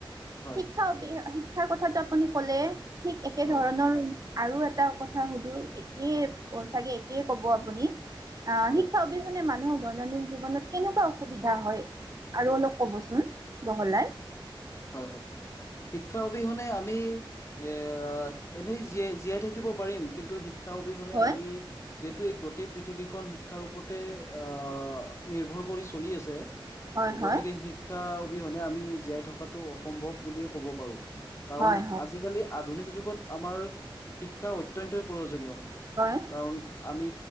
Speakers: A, on the left; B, on the right.
A: হয়
B: শিক্ষা অবি শিক্ষাৰ কথাটো আপুনি ক'লে। ঠিক একে
A: হয়
B: ধৰণৰ আৰু এটা কথা সুধো? এ কে ছাগে একে কব আপুনি। আহ
A: হয়
B: শিক্ষা অবি অবিহনে মানুহৰ দৈনন্দিন জীৱনত কেনেকুৱা অসুবিধা হয়? আৰু অলপ ক'ব চোন বহলাই।
A: হয় হয়। শিক্ষা অবিহনে আমি এ এনেই জীয়াই জীয়াই থাকিব পাৰিম কিন্তু শিক্ষা অবিহনে
B: হয়
A: আমি যিহেতু এই গোটেই পৃথিৱীখন শিক্ষাৰ ওপৰতে অ নিৰ্ভৰ কৰি চলি আছে।
B: হয় হয়
A: গতিকে শিক্ষা অবিহনে আমি জীয়াই থকাটো অসম্ভৱ বুলিয়ে কব পাৰোঁ। কাৰণ
B: হয়
A: আজিকালি আধুনিক যুগত আমাৰ শিক্ষা অত্যন্তই প্ৰয়োজনীয়।
B: হয়।
A: কাৰণ আমি